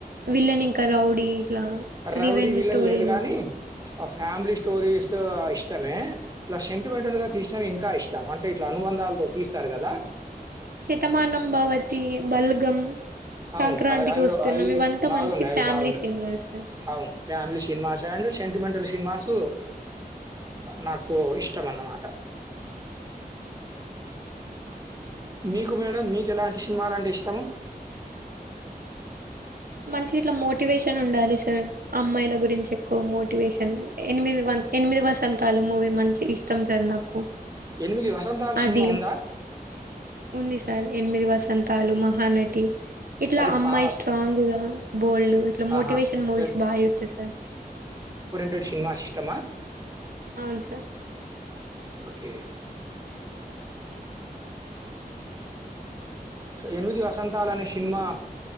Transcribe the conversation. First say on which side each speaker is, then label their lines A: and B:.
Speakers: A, on the right; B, on the right.
A: విలన్ ఇంకా రౌడీ ఇట్లా
B: రౌడీ
A: రివెంజ్
B: విలన్
A: స్టోరీలు
B: లేదు కాని ఫ్యామిలీ స్టోరీస్ ఇష్టమే ప్లస్ సెంటిమెంటల్ గా తీసినవి ఇంకా ఇష్టం అంటే ఇట్లా అను బందాలతో తీస్తారు కదా
A: శతమానంబవతి బల్గం సంక్రాంతికి
B: అవును. అవి అవి
A: వస్తున్నాం
B: అవి
A: ఇవంతా
B: బాగున్నాయి.
A: మంచి ఫ్యామిలీ
B: అవి బాగున్నాయి.
A: సినిమాస్ సార్
B: అవును family cinemas and sentimental cinemas నా కు ఇష్టం అనమాట మీకు మేడం మీకు ఎలాంటి సినిమాలంటే ఇష్టము
A: మంచి ఇట్లా మోటివేషన్ ఉండాలి సార్ అమ్మాయిల గురించి ఎక్కువ మోటివేషన్ ఎనిమిది వ ఎనిమిది వసంతాలు మూవీ మంచి ఇష్టం సార్ నాకు
B: 'ఎనిమిది వసంతాలు'
A: అది
B: సినిమా ఉందా?
A: ఉంది సార్ ఎనిమిది వస్ అంతాలు మహానటి ఇట్లా
B: అది
A: అమ్మాయి
B: పా
A: స్ట్రాంగ్ గా బోల్డ్ ఇట్లా మోటివేషన్
B: ఆహా!
A: మూవీస్
B: ద
A: బాగా చుత్తా సార్
B: ట్ సినిమా సిస్టమ్
A: అవును సార్
B: ఓకే ఏనిమిది వసంతాలనే సినిమా